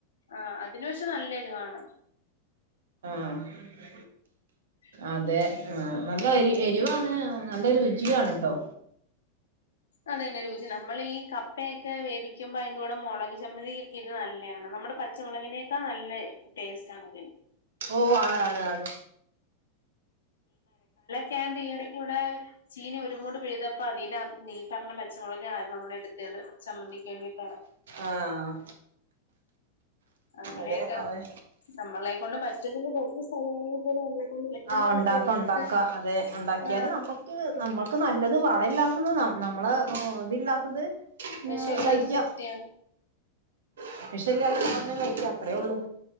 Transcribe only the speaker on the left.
ആ അതിന്പഷേ നല്ലെരിവാണ്.
<inaudible>
അതെന്നെ രുചി നമ്മളീ കപ്പയൊക്കെ വേവിക്കിമ്പോ അയ്ന്റുടെ മുളക് ചമ്മന്തികിക്കി ത് നല്ലെയാണ്. പച്ചമുളകിനേക്കാ നല്ല ടേസ്റ്റ് ആണ്ത്.
ക്യാമ്പിയറകൂടെ ചീനി ഒരുമൂട് പിഴുത തപ്പൊ അതിനകത്ത് നീ പറഞ്ഞ പച്ചമുളക് ആ നമ്മള് എടുതേത് ചമ്മന്തിക്ക്‌വേണ്ടിട്ട്
അങ്ങനെയെക്കെ
നമ്മളെക്കൊണ്ട് പറ്റ്ന്നത് കുറച്ച് സ്ഥലമാണെങ്കില് പോലും കൊണ്ട് പറ്റുന്നതൊക്കെ
എടുത്ത്
ആ
വിഷമില്ലാത്ത
സത്യാണ്